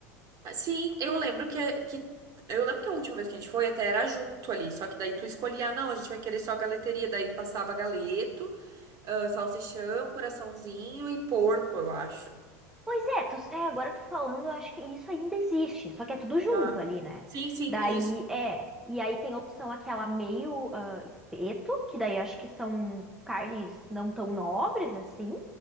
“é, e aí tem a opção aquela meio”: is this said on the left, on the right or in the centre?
Centre